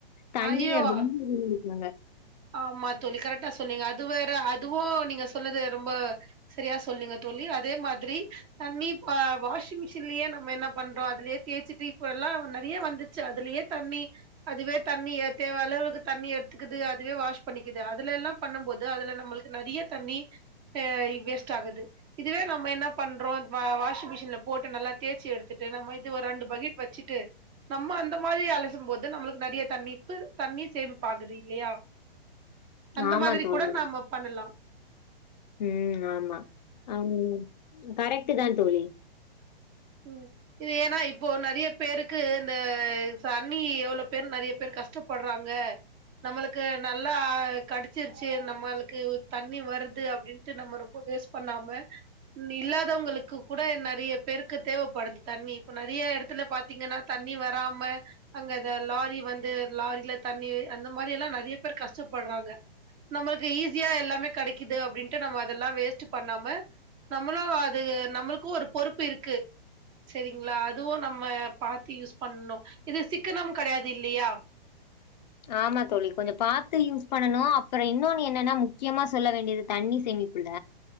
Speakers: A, on the left (about 50°); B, on the right (about 15°).
A: தண்ணிய
B: ஐயோ
A: ரொம்ப இன்னாங்க
B: ஆமா தோலி கரெக்டா சொன்னிங்க அது வேற அதுவும் நீங்க சொன்னது ரொம்ப சரியா சொன்னிங்க தோலி அதே மாதிரி தண்ணி இப்ப வாஷிங் மிஷின்லயே நம்ம என்ன பண்றோம் அதுலயே தேய்சிட்டு இப்ப எல்லாம் நெறைய வந்துச்சு அதுலயே தண்ணி அதுவே தண்ணிய தேவ அளவுக்கு தண்ணி எடுத்துக்குது இதுவே வாஷ் பண்ணிக்குது அதுல எல்லாம் பண்ணும்போது அதுல நம்மளுக்கு நெறைய தண்ணி ஆ வேஸ்ட் ஆகுது இதுவே நம்ம என்ன பண்றோம் வாஷிங் மிஷின்ல போட்டு நல்லா தேய்ச்சு எடுத்துட்டு நம்ம இது ஒரு ரெண்டு பக்கெட் வச்சுட்டு நம்ம அந்த மாரி அலசும் போது நம்மளுக்கு நெறைய தண்ணிப்பு தண்ணிர் சேமிப்பு ஆகுது இல்லயா அந்த
A: ஆமா
B: மாதிரி
A: தோழி
B: கூட நாம பண்ணலாம் ஆ
A: ம் ஆமா ஆஹ் கரெக்ட் தான் தோலி
B: ம் இது ஏன்னா இப்போ நெறைய பேருக்கு இந்த தண்ணி எவ்ளோ பேர் நெறைய பேர் கஷ்டப்படுறாங்க நம்மளுக்கு நல்லா கடிச்சிருச்சு நம்மளுக்கு தண்ணி வருது அப்டின்ட்டு நம்ம ரொம்ப வேஸ்ட் பண்ணாம இல்லாதவங்களுக்கு கூட நெறைய பேரு தேவைப்படுது தண்ணி இப்ப நெறைய எடத்துல பாத்தீங்கன்னா தண்ணி வராம அங்க இத லாரி வந்து லாரில தண்ணி அந்த மாரி எல்லாம் நெறைய பேர் கஷ்டப்பட்றாங்க நம்மளுக்கு ஈஸியா எல்லாமே கிடைக்கிது அப்டின்ட்டு நம்ம அதெல்லாம் வேஸ்ட்டு பண்ணாம நம்மளும் அது நம்மளுக்கும் ஒரு பொறுப்பு இருக்கு சேரிங்களா அதுவும் நம்ம பாத்து யூஸ் பண்ணும் இது சிக்கனம் கிடையாது இல்லையா
A: ஆமா தோலி கொஞ்சோம் பாரத்து யூஸ் பண்ணணும் அப்புறோம் இன்னொன்னு என்னன்னா முக்கியமா சொல்ல வேண்டியது தண்ணி சேமிப்புல